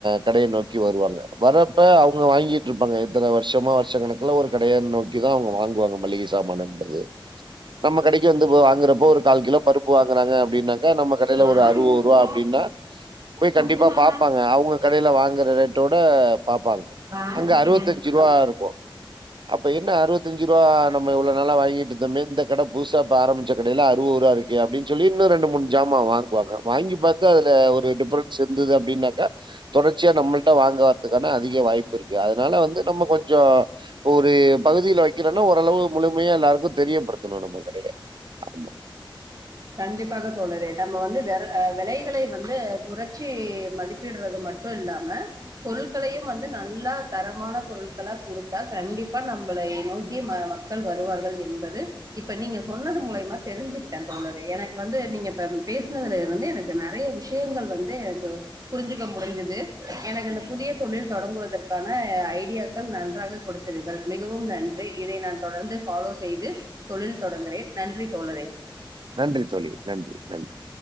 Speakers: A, on the right (about 60°); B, on the right (about 40°).
A: கடைய நோக்கி வருவாங்க வரப்ப அவுங்க வாங்கிட்ருப்பாங்க எத்தன வருஷமா வருஷ கணக்குல ஒரு கடைய நோக்கிதா அவுங்க வாங்குவாங்க மளிக சாமானுன்றது நம்ம கடைக்கு வந்து வாங்குறப்போ ஒரு கால் கிலோ பருப்பு வாங்குறாங்க அப்டினாக்க நம்ம கடையில
B: யாரு
A: ஒரு அறுவொருவா
B: இவங்க?
A: அப்டினா போய்
B: சபினா
A: கண்டிப்பா பாப்பாங்க அவு உங்க கடையில வாங்குற ரேட்டோட பாப்பாங்க
B: வானூர்
A: அங்க அறுவத்தஞ்சுருவா
B: கிணறு
A: இருக்கு அப்ப என்ன அறுவத்தஞ்சுருவா நம்ம இவ்ளோ நாளா வாங்கிட்ருந்தோமே இந்த கடை புதுசா இப்ப ஆரம்பிச்ச கடைல அறுவொருவா இருக்கே அப்டின் சொல்லி இன்னு ரெண்டு மூணு ஜாமா வாங்குவாங்க வாங்கி பாத்தா அதுல ஒரு டிஃப்ரன்ஸ் இருந்துது அப்டினாக்கா தொடர்ச்சியா நம்மல்ட்ட வாங்க வர்றதுக்கான அதிக வாய்ப்பு இருக்கு அதனால வந்து நம்ம கொஞ்சோ ஒரு ஏ பகுதியில வக்கிறோன்னா ஓரளவு முழுமையா எல்லாருக்கு தெரியப்படுத்தணு நம்ம கடைய ஆமா
B: கண்டிப்பாக தோழரே நம்ம வந்து வெர ஆ வெலைகளை வந்து குறைச்சி மதிப்பிட்றது மட் மட்டு இல்லாம பொருள்களையு வந்து நல்லா தரமான பொருள்களா குடுத்தா கண்டிப்பா நம் நம்மளைய நோக்கி ம மக்கள் வருவார்கள் என்பது இப்ப நீங்க சொன்னது மூலையமா தெரிஞ்சுக்கிட்ட தோழரே எனக்கு வந்து நீங்க இப்ப பேசனதுல இருந்து எனக்கு நெறைய விஷயங்கள் வந்து எனக்கு புரிஞ்சுக்க முடிஞ்சுது எனக்கு இந்த புதிய தொழில் தொடங்குவதற்கான ஐடியாக்கள் நன்றாக கொடுத்தீர்கள் மிகவும் நன்றி இதை நான் தொடர்ந்து ஃபாலோ செய்து தொழில் தொடங்குறே நன்றி தோழரே
A: நன்றி தோழி நன்றி நன்றி